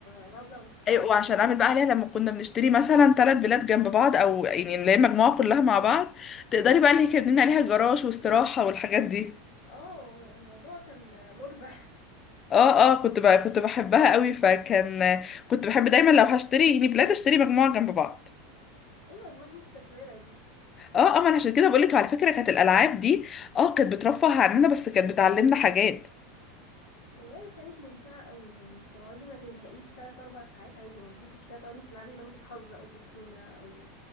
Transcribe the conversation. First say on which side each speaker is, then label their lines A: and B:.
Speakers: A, on the left; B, on the left.
A: آه، مبلغ محترم
B: ايوه وعشان اعمل بقى عليها لما كنا بنشتري مثلا ثلاث بلاد جنب بعض او يعني اللي هي مجموعة كلها مع بعض تقدري بقى اللي هي كان بنبني عليها جراج واستراحة والحاجات دي
A: اه الموضوع كان آه، مربح
B: اه اه كنت بقى كنت بحبها قوي فكان كنت بحب دايما لو هشتري يعني بلاد اشتري مجموعة جنب بعض
A: <laughs> ايوه دماغ مستثمرة دي
B: اه اه ما انا عشان كده بقولك على فكرة كانت الالعاب دي اه كانت بترفه عننا بس كانت بتعلمنا حاجات
A: والله كانت ممتعة قوي يعني تقعدي ما تزهقيش تلات أربع ساعات عادي ما عندكيش مشكلة تقعدي تلعبي بنك الحظ أو كوتشينة أو